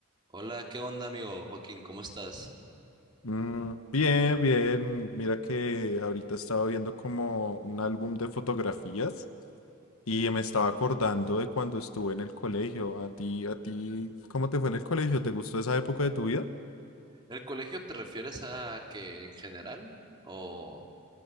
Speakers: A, on the right (about 20°); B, on the left (about 75°).
A: Hola, ¿qué onda, amigo Joaquín? ¿Cómo estás?
B: Mm, bien, bien. Mira que ahorita estaba viendo como un álbum de fotografías y me estaba acordando de cuando estuve en el colegio. A ti, a ti, ¿cómo te fue en el colegio? ¿Te gustó esa época de tu vida?
A: ¿El colegio te refieres a que en general o